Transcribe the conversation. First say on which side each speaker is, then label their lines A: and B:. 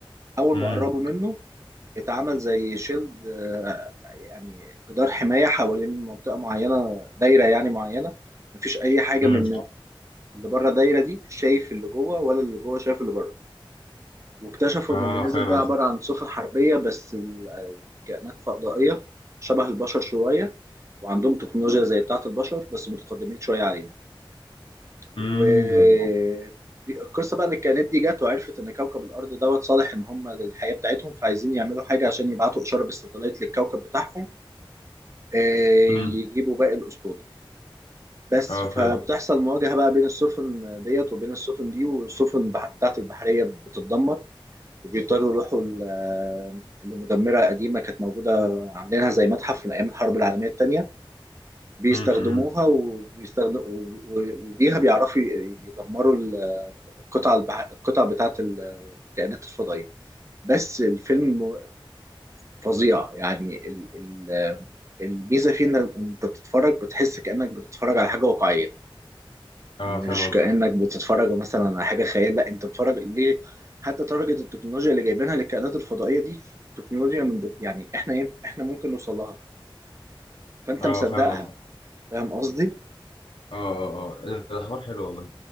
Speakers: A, on the right; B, on the left.
A: أول
B: امم
A: ما قربوا منه اتعمل زي شيلد آه، يعني جدار حماية حوالين منطقة معينة دايرة يعني معينة مفيش أي حاجة
B: امم
A: من اللي بره الدايرة دي شايف اللي جوه ولا اللي جوه شايف اللي بره واكتشفوا
B: اه
A: إن اللي نزل
B: فاهم
A: ده عبارة
B: قصدي
A: عن سفن حربية بس ال- الكائنات فضائية شبه البشر شوية وعندهم تكنولوجيا زي بتاعة البشر بس متقدمين شوية علينا
B: امم
A: والقصه بقى ان الكائنات دي جت وعرفت ان كوكب الارض دوت صالح ان هم للحياه بتاعتهم فعايزين يعملوا حاجه عشان يبعتوا اشاره بالستلايت للكوكب بتاعهم آه،
B: امم
A: يجيبوا باقي الاسطول بس
B: اه
A: فبتحصل
B: فاهم
A: مواجهه بقى بين السفن ديت وبين السفن دي والسفن بح- بتاعت البحريه بتتدمر وبيضطروا يروحوا ل- لمدمره قديمه كانت موجوده عاملينها زي متحف من ايام الحرب العالميه الثانيه بيستخدموها
B: امم
A: وبيستخدم و- و- وبيها بيعرفوا ي- يدمروا ال- القطع البح... القطع بتاعة الكائنات الفضائية بس الفيلم فظيع يعني ال... ال... الميزة فيه انك انت بتتفرج بتحس كأنك بتتفرج على حاجة واقعية
B: اه
A: مش
B: فاهم قصدي
A: كأنك بتتفرج مثلا على حاجة خيال لا انت بتتفرج ليه حتى درجة التكنولوجيا اللي جايبينها للكائنات الفضائية دي تكنولوجيا من يعني احنا إيه، احنا ممكن نوصل لها فانت
B: اه
A: مصدقها
B: فاهم قصدي اه
A: فاهم قصدي؟
B: اه اه إيه ده ده حوار حلو والله